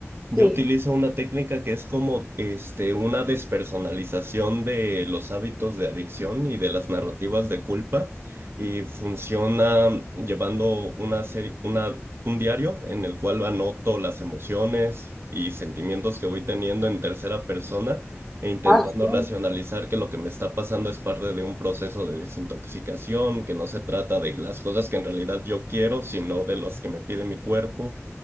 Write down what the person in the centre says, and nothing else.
sí.
Ah, sí.